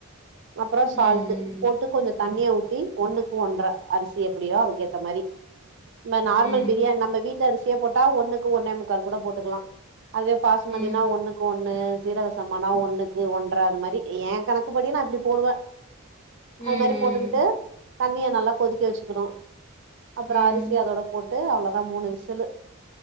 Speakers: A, on the right; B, on the left.
A: அப்பற
B: ம்
A: சால்ட்டு
B: ம்
A: போட்டு கொஞ்சொ தண்ணியா ஊத்தி ஒன்னுக்கு ஒன்ற அரிசி எப்புடியோ அதுக்கேத்த மாரி ந நார்மல்
B: ம்
A: பிரியாணி நம்ப வீட் அரிசிய போட்டா ஒன்னுக்கு ஒன்னே முக்கால் கூட போட்டுக்குலா அதே பாசுமதினா
B: ம்
A: ஒன்னுக்கு ஒன்னு சீரக சம்பாணா ஒன்னு இ ஒன்ற அது மாரி ஏ கணக்கு படி நா அப்டி போடுவ
B: ம்
A: அது மாரி போட்டுக்குட்டு தண்ணிய நல்லா கொதிக்க வச்சிக்குணு அப்புற
B: ம்
A: அரிசி அதோட போட்டு அவ்ளோ ஆ மூணு விசிலு